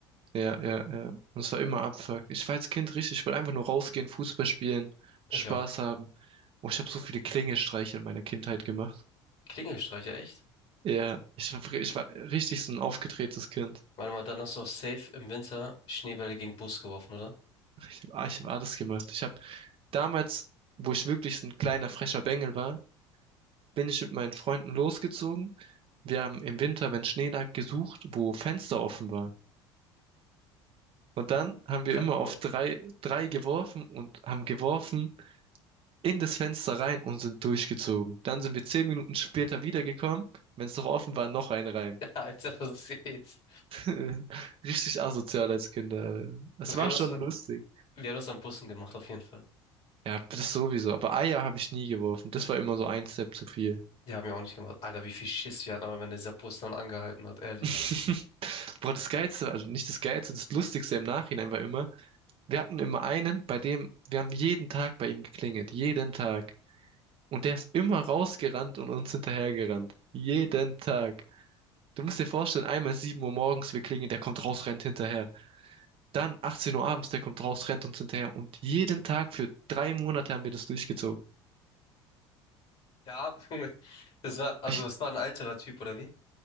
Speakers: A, on the right (about 40°); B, on the left (about 40°).
A: Ja, ja, ja. Und es war immer Abfuck. Ich war als Kind richtig, ich wollte einfach nur rausgehen, Fußball spielen,
B: Ich
A: Spaß
B: auch.
A: haben. Oh, ich habe so viele Klingelstreiche in meiner Kindheit gemacht.
B: Klingelstreicher, echt?
A: Ja, ich, hab- ich war richtig so ein aufgedrehtes Kind.
B: Warte mal, dann hast du auch safe im Winter Schneebälle gegen Bus geworfen, oder?
A: Ich habe ich hab alles gemacht. Ich habe damals, wo ich wirklich so ein kleiner frecher Bengel war, bin ich mit meinen Freunden losgezogen. Wir haben im Winter, wenn Schnee lag, gesucht, wo Fenster offen war. Und dann haben
B: Reingeworfen.
A: wir immer auf drei,
B: <laughs>
A: drei geworfen und haben geworfen. in das Fenster rein und sind durchgezogen. Dann sind wir zehn Minuten später wiedergekommen. Wenn es noch offen war, noch einen rein.
B: Ja, Alter, was geht's?
A: <laughs> Richtig asozial als Kinder. Es
B: Also
A: war
B: wir haben
A: schon
B: das,
A: lustig.
B: wir haben das an Bussen gemacht, auf jeden Fall.
A: Ja, das sowieso. Aber Eier habe ich nie geworfen. Das war immer so ein Step zu viel.
B: Die haben ja auch nicht gemacht. Alter, wie viel Schiss wir hatten, aber wenn dieser Bus dann angehalten hat, ehrlich.
A: <laughs> Boah, das Geilste, also nicht das Geilste, das Lustigste im Nachhinein war immer, wir hatten immer einen, bei dem, wir haben jeden Tag bei ihm geklingelt. Jeden Tag. Und der ist immer rausgerannt und uns hinterhergerannt. Jeden Tag. Du musst dir vorstellen, einmal 7 Uhr morgens, wir klingeln, der kommt raus, rennt hinterher. Dann 18 Uhr abends, der kommt raus, rennt uns hinterher. Und jeden Tag für drei Monate haben wir das durchgezogen.
B: Der Arme, <laughs> Junge. Das war, also
A: Ich,
B: das war ein alterer Typ, oder wie?